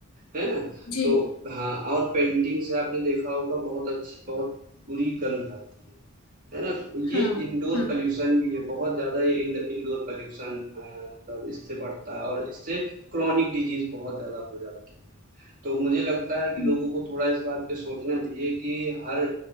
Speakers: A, on the right; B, on the left.
A: है ना?
B: जी
A: तो हाँ और पेंटिंग से आपने देखा होगा बहुत अच्छी बहुत बुरी गंध आती है, है ना? तो ये
B: हाँ
A: इंडोर
B: हाँ
A: पॉल्यूशन भी है, बहुत ज़्यादा ये इंड इंडोर पॉल्यूशन अ, मतलब इससे बढ़ता है और इससे क्रॉनिक डिजीज़ बहुत ज़्यादा हो जाती है। तो मुझे लगता है कि
B: हम्म
A: लोगों को थोड़ा इस बात पे सोचना चाहिए कि हर